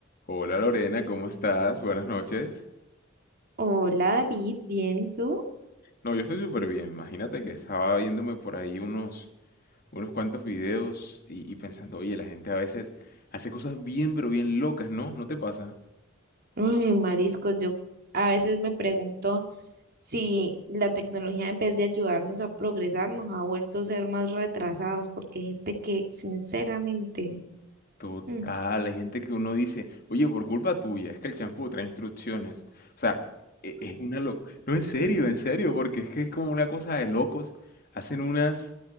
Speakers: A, on the left (about 45°); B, on the right (about 50°).
A: Hola Lorena, ¿cómo estás? Buenas noches.
B: Hola David, bien, ¿y tú?
A: No, yo estoy súper bien. Imagínate que estaba viéndome por ahí unos, unos cuantos videos y, y pensando, oye, la gente a veces hace cosas bien, pero bien locas, ¿no? ¿No te pasa?
B: Uy, mariscos, yo a veces me pregunto si la tecnología en vez de ayudarnos a progresar nos ha vuelto a ser más retrasados, porque hay gente que sinceramente...
A: Total,
B: mm,
A: hay gente que uno dice, oye, por culpa tuya, es que el champú trae instrucciones. O sea, e- es una locura. No, en serio, en serio, porque es que es como una cosa de locos. Hacen unas,